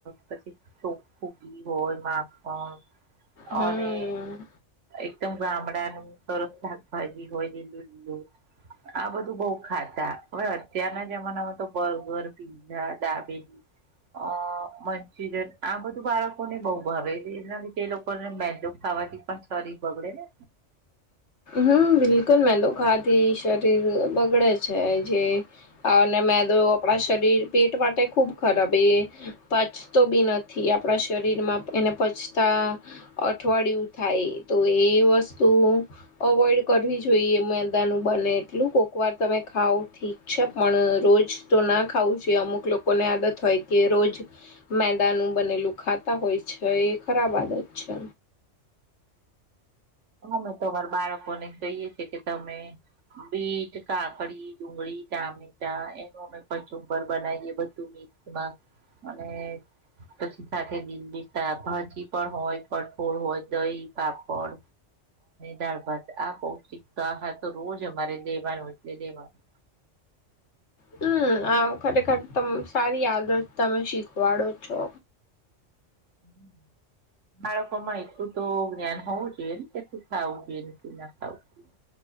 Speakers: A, on the right (about 75°); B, on the left (about 65°).
A: પછી ચોખું હોય માખણ
B: હમ
A: અને એકદમ ગામડાનું સરસ શાકભાજી હોય લીલું લીલું આ બધું બહુ ખાતા હવે અત્યારના જમાનામાં તો બર્ગર પીઝા ડાબેલી અ મંચુરિયન આ બધું બાળકોને બહુ ભાવે છે એના લીધે એ લોકોને મેંદો ખાવાથી પણ શરીર બગડે ને
B: હમ બિલકુલ મેંદો ખાવાથી શરીર બગડે છે જે અને મેંદો આપણા શરીર પેટ માટે ખુબ ખરાબ એ પચતો બી નથી આપણા શરીર શરીરમાં એને પછતા અઠવાડિયું થાય તો એ વસ્તુ અવોઈડ કરવી જોઈએ મેદાનું બને એટલું કોકવાર તમે ખાવ ઠીક છે પણ રોજ જ તો ના ખાવું જોઈ અમુક લોકો ને આદત હોય કે રોજ મેદાનુ બનેલું ખાતા હોય છે એ ખરાબ આદત છે
A: <inaudible> અમેતો અમારા બાળકો ને કહીએ છે કે તમે બીટ કાકડી ડુંગળી ટામેટા એનું અમે કચુંબર બનાવીયએ બધું <unintelligible> અને પછી સાથે લીલી શાકભાજી પણ હોય કટોડ હોય દહી પાપડ દાળ ભાત આ બહુજ <unintelligible> તો રોજ અમારે લેવાનું એટલે લેવાનું
B: હમ ખરેખર સારી આદત તમે શીખવાડો છો
A: <unintelligible> બાળકોમાં એટલું તો જ્ઞાન હોવું જોઈએ ને કે શું ખાવું જોઈએને શું ના ખાવું જોઈએ